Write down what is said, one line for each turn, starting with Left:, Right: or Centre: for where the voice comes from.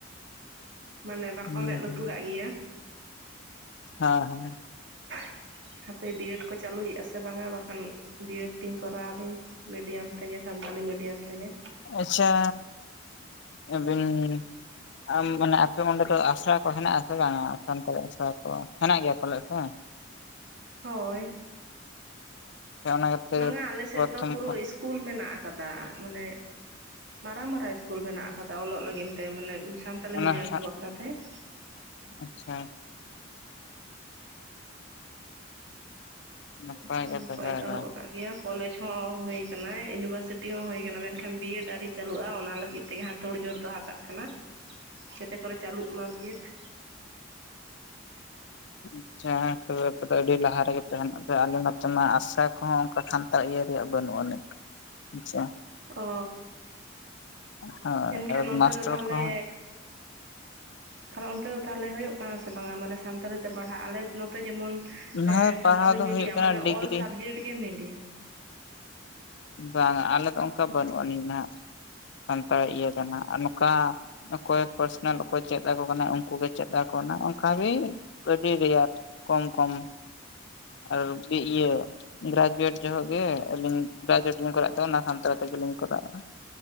Right: ᱢᱟᱱᱮ ᱵᱟᱠᱚ
Left: ᱦᱩᱸ
Right: ᱢᱮᱸᱫ ᱞᱩᱛᱩᱨᱟᱜ
Left: ᱦᱩᱸ
Right: ᱜᱮᱭᱟ᱾
Left: ᱦᱮᱸ ᱦᱮᱸ
Right: <inaudible> ᱦᱟᱯᱮ ᱵᱤᱭᱮᱰ ᱠᱚ ᱪᱟᱹᱞᱩᱭᱮᱜᱼᱟ ᱥᱮ ᱵᱟᱝ-ᱟ ᱵᱟᱠᱷᱟᱱ ᱵᱤᱭᱮᱰ ᱛᱤᱧ ᱠᱚᱨᱟᱣᱟᱞᱤᱧ ᱢᱤᱰᱤᱭᱟᱢ ᱛᱮᱜᱮ ᱥᱟᱱᱛᱟᱞᱤ ᱢᱤᱰᱤᱭᱟᱢ ᱛᱮᱜᱮ ᱾
Left: ᱟᱪᱪᱷᱟ ᱟᱹᱵᱤᱱ ᱟᱢ ᱢᱟᱱᱮ ᱟᱯᱮ ᱚᱸᱰᱮ ᱫᱚ ᱟᱥᱲᱟ ᱠᱚ ᱦᱮᱱᱟᱜ ᱟᱥᱮ ᱵᱟᱝ-ᱟ ᱥᱟᱱᱛᱟᱲᱤ ᱟᱥᱲᱟ ᱠᱚ ᱦᱮᱱᱟᱜ ᱜᱮᱭᱟ ᱯᱟᱞᱮᱫ ᱥᱮ ᱾ <inaudible>
Right: ᱦᱚᱭᱻ
Left: ᱥᱮ ᱚᱱᱟ ᱜᱮᱯᱮ
Right: ᱵᱟᱝᱟ ᱟᱞᱮ ᱥᱮᱫ
Left: ᱯᱨᱚᱛᱷᱚᱢ
Right: ᱫᱚ ᱯᱩᱨᱟᱹ
Left: ᱠᱷᱚᱱ
Right: ᱤᱥᱠᱩᱞ ᱢᱮᱱᱟᱜ ᱟᱠᱟᱫᱟ ᱢᱟᱱᱮ ᱢᱟᱨᱟᱝ ᱢᱟᱨᱟᱝ ᱤᱥᱠᱩᱞ ᱢᱮᱱᱟᱜ ᱟᱠᱟᱫᱟ ᱚᱞᱚᱜ ᱞᱟᱹᱜᱤᱱ ᱛᱮ ᱢᱟᱱᱮ ᱥᱟᱱᱛᱟᱞᱤ
Left: ᱚᱱᱟ
Right: ᱢᱤᱰᱤᱭᱟᱢ
Left: ᱦᱟᱸᱜ
Right: ᱠᱚ ᱵᱟᱠᱷᱨᱟ ᱛᱮ ᱾
Left: ᱟᱪᱪᱷᱟ ᱱᱟᱯᱟᱭ
Right: ᱤᱥᱠᱩᱞ
Left: ᱜᱮ
Right: ᱠᱚᱠᱚ
Left: ᱛᱚᱵᱮ
Right: ᱮᱛᱚᱦᱚᱵ
Left: ᱫᱚ᱾
Right: ᱟᱠᱟᱫ ᱾ ᱜᱮᱭᱟ ᱠᱚᱞᱮᱡᱽ ᱦᱚᱸ ᱦᱩᱭ ᱟᱠᱟᱱᱟ ᱤᱭᱩᱱᱤᱵᱷᱟᱨᱥᱤᱴᱤ ᱦᱚᱸ ᱦᱩᱭ ᱟᱠᱟᱱᱟ ᱢᱮᱱᱠᱷᱟᱱ ᱵᱤᱭᱮᱰ ᱟᱹᱣᱨᱤ ᱪᱟᱹᱞᱩᱜᱼᱟ ᱚᱱᱟ ᱞᱟᱹᱜᱤᱫ ᱛᱮᱜᱮ ᱦᱟᱸᱜ ᱛᱳᱲ ᱡᱳᱲ ᱫᱚ ᱦᱟᱛᱟᱜ ᱠᱟᱱᱟ ᱡᱮᱛᱮ ᱠᱚᱨᱮ ᱪᱟᱹᱞᱩᱜ ᱢᱟ ᱵᱤᱭᱮᱰ ᱾
Left: ᱟᱪᱪᱷᱟ <unintelligible> ᱟᱯᱮ ᱫᱚ ᱟᱹᱰᱤ ᱞᱟᱦᱟ ᱨᱮᱜᱮ ᱛᱟᱦᱮᱱᱟᱯᱮ ᱟᱞᱮ ᱱᱚᱛᱮ ᱢᱟ ᱟᱥᱲᱟ ᱠᱚᱦᱚᱸ ᱚᱱᱠᱟ ᱠᱷᱟᱱᱛᱛᱟ ᱤᱭᱟᱹ ᱨᱮᱭᱟᱜ ᱵᱟᱹᱱᱩᱜ ᱟᱹᱱᱤᱡ ᱾ ᱟᱪᱪᱷᱟ ᱾
Right: ᱚᱻ
Left: ᱦᱳᱭ
Right: ᱮᱱᱠᱷᱟᱱ
Left: ᱟᱨ
Right: ᱚᱱᱛᱮ
Left: ᱢᱟᱥᱴᱟᱨ
Right: ᱫᱚ ᱛᱟᱦᱚᱞᱮ
Left: ᱠᱚᱦᱚᱸ
Right: ᱛᱟᱦᱚᱞᱮ ᱚᱱᱛᱮ ᱫᱚ ᱛᱟᱦᱚᱞᱮ ᱦᱩᱭᱩᱜ ᱠᱟᱱᱟ ᱥᱮ ᱵᱟᱝᱟ ᱢᱟᱱᱮ ᱥᱟᱱᱛᱟᱲᱤ ᱛᱮ ᱯᱟᱲᱦᱟᱜ ᱟᱞᱮ ᱱᱚᱛᱮ ᱡᱮᱢᱚᱱ
Left: ᱦᱳᱭ ᱯᱟᱲᱦᱟᱣ
Right: ᱥᱟᱱᱛᱟᱞᱤ
Left: ᱫᱚ
Right: ᱢᱤᱰᱤᱭᱟᱢ
Left: ᱦᱩᱭᱩᱜ ᱠᱟᱱᱟ
Right: ᱢᱟᱱᱮ
Left: ᱰᱤᱜᱽᱨᱤ
Right: ᱚᱞ ᱥᱟᱵᱡᱮᱠᱴ ᱜᱮ ᱢᱤᱰᱤᱭᱟᱢ ᱾
Left: ᱵᱟᱝᱟ ᱟᱞᱮ ᱫᱚ ᱚᱱᱠᱟ ᱵᱟᱹᱱᱩᱜ ᱟᱹᱱᱤᱡ ᱱᱷᱟᱜ ᱾ ᱥᱟᱱᱛᱟᱲ ᱤᱭᱟᱹ‌ ᱫᱚ ᱱᱷᱟᱜ ᱟᱨ ᱱᱚᱝᱠᱟ ᱚᱠᱚᱭ ᱯᱟᱨᱥᱚᱱᱟᱞ ᱚᱠᱚᱭ ᱪᱮᱫ ᱟᱠᱚ ᱠᱟᱱᱟ ᱩᱱᱠᱩᱜᱮ ᱪᱮᱫ ᱟᱠᱚ ᱠᱟᱱᱟ ᱚᱱᱠᱟᱜᱮ ᱟᱹᱰᱤ ᱨᱮᱭᱟᱲ ᱠᱚᱢ ᱠᱚᱢ ᱟᱨ ᱤᱭᱟᱹ ᱜᱨᱟᱡᱩᱭᱮᱴ ᱡᱚᱦᱚᱜ ᱜᱮ ᱾ ᱟᱹᱞᱤᱧ <unintelligible> ᱠᱚᱨᱟᱣᱮᱫ ᱛᱟᱦᱮᱸᱫ ᱚᱱᱟ ᱥᱟᱱᱛᱟᱲ ᱛᱮᱜᱮᱞᱤᱧ ᱠᱚᱨᱟᱣᱮᱫᱼᱟ